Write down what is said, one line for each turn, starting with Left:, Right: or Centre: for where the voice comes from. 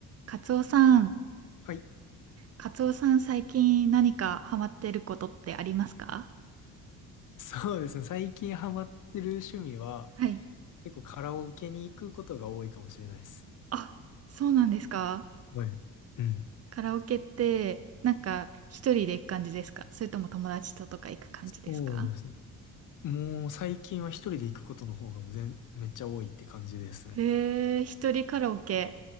Right: カツオさん、
Left: はい。
Right: カツオさん最近何かハマってることってありますか
Left: そうですね。最近ハマってる趣味は、
Right: はい。
Left: 結構カラオケに行くことが多いかもしれないです。
Right: あ、そうなんですか
Left: はい。うん。
Right: カラオケって、なんか一人で行く感じですかそれとも友達ととか行く感じですか
Left: そうですね。もう最近は一人で行くことの方がもう全、めっちゃ多いって感じですね。
Right: へえ、一人カラオケ。